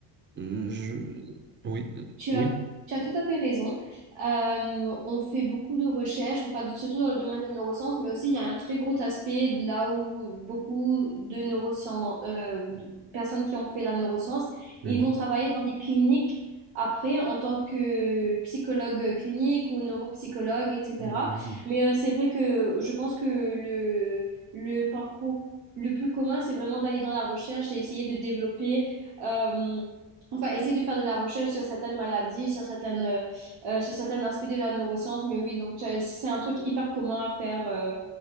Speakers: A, on the right; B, on the right.
A: euh, je- Oui, euh,
B: Tu as,
A: oui.
B: tu as tout à fait raison. Euh, on fait beaucoup de recherches, enfin, de- surtout dans le domaine des neurosciences, mais aussi il y a un très gros aspect de là où beaucoup de neurosciences, euh, de personnes qui ont fait la neuroscience, ils
A: Mhm.
B: vont travailler dans des cliniques après en tant que psychologue clinique ou neuropsychologue, etc.
A: Mhm.
B: Mais euh, c'est vrai que je pense que le, le parcours le plus commun, c'est vraiment d'aller dans la recherche et essayer de développer. euh, Enfin, essayer de faire de la recherche sur certaines maladies, sur certaines, euh, euh, sur certains aspects de la neuroscience. Mais oui, donc tu as- c'est un truc hyper commun à faire euh,